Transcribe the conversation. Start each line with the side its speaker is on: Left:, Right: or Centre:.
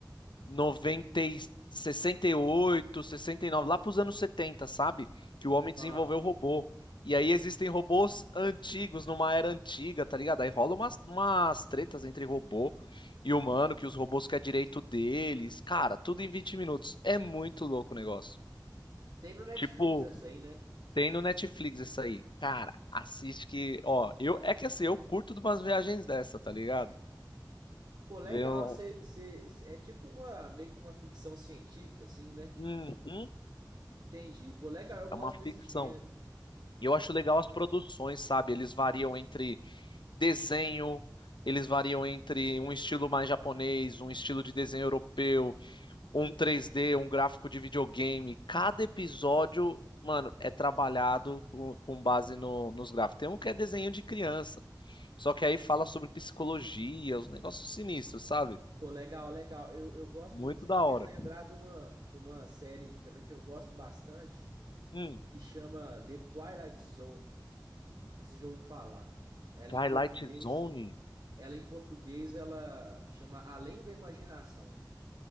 Left: 90 e sessenta sessenta e oito, sessenta e nove, lá para os anos 70, sabe? Que o homem desenvolveu
Right: Aham.
Left: o robô. E aí existem robôs antigos, numa era antiga, tá ligado? Aí rola umas, umas tretas entre robô e humano, que os robôs querem direito deles. Cara, tudo em 20 minutos. É muito louco o negócio.
Right: Tem no Netflix
Left: Tipo,
Right: essa aí, né?
Left: tem no Netflix isso aí. Cara, assiste que, ó, eu é que assim, eu curto de umas viagens dessa, tá ligado?
Right: Pô, legal.
Left: Ver um,
Right: cê- cê- cê- é tipo uma, meio que uma ficção científica, assim, né?
Left: Uhum,
Right: Entendi. Pô, legal, eu gosto
Left: é uma ficção.
Right: desse gênero.
Left: E eu acho legal as produções, sabe? Eles variam entre desenho, eles variam entre um estilo mais japonês, um estilo de desenho europeu, um 3D, um gráfico de videogame. Cada episódio, mano, é trabalhado com, com base no- nos gráficos. Tem um que é desenho de criança. Só que aí fala sobre psicologia, os negócios sinistros, sabe?
Right: Pô, legal, legal. Eu, eu gosto
Left: Muito
Right: muito, você
Left: da
Right: me fez
Left: hora.
Right: lembrar de uma, de uma série também que eu gosto bastante,
Left: Hum,
Right: que chama The Twilight Zone. Não sei se você já ouviu falar. Ela
Left: Twilight
Right: em português,
Left: Zone.
Right: ela em português, ela chama Além da Imaginação.